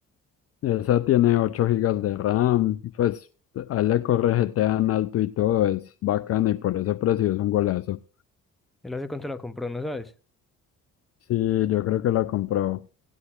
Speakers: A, on the left; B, in the centre.
A: Esa tiene 8 gigas de RAM, pues ahí le corre GTA en alto y todo, es bacana y por ese precio es un golazo.
B: Él hace cuánto la compró, ¿no sabes?
A: Sí, yo creo que la compró,